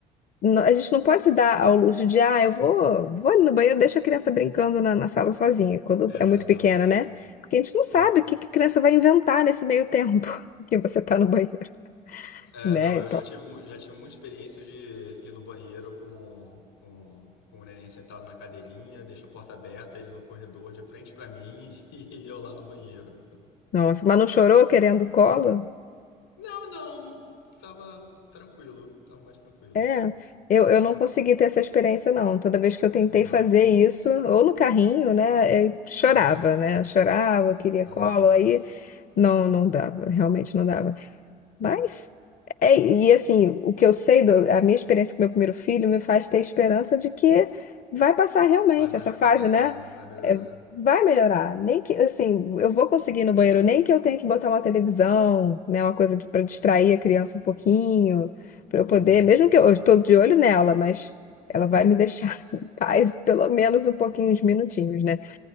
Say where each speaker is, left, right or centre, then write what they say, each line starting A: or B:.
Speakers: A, on the left; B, on the left.
A: no- a gente não pode se dar ao luxo de, ah, eu vou, vou ali no banheiro, deixa a criança brincando na, na sala sozinha, quando
B: É,
A: é muito
B: não,
A: pequena,
B: não.
A: né? Porque a gente não
B: Sim.
A: sabe o que, que a criança vai inventar nesse meio tempo <laughs> que você está no banheiro,
B: É,
A: né?
B: não, eu
A: Então,
B: já tive, mu- já tive muita experiência de ir no banheiro com, com, com o neném sentado na cadeirinha, deixa a porta aberta, ele no corredor de frente pra mim <laughs> e eu lá no banheiro.
A: nossa, mas não chorou querendo colo?
B: Não, não, tava tranquilo, tava mais tranquilo.
A: É, eu, eu
B: É,
A: não consegui ter essa experiência, não. Toda vez que eu tentei
B: não,
A: fazer isso, ou no carrinho, né, eu chorava,
B: aham.
A: né? Chorava, eu queria
B: Ai,
A: colo,
B: meu Deus.
A: aí não, não dava, realmente não dava. Mas, é, e assim, o que eu sei, do- a minha experiência com meu primeiro filho me faz ter esperança de que vai passar realmente
B: Vai, mal-
A: essa fase,
B: vai passar,
A: né?
B: né? Vai melhorar.
A: É, vai melhorar. Nem que, assim, eu vou conseguir ir no banheiro, nem que eu tenha que botar uma televisão, né? Uma coisa para distrair a criança um pouquinho, para eu
B: Uhum,
A: poder, mesmo que eu estou de olho nela, mas ela vai me deixar <laughs> em paz pelo menos um pouquinho, uns minutinhos, né?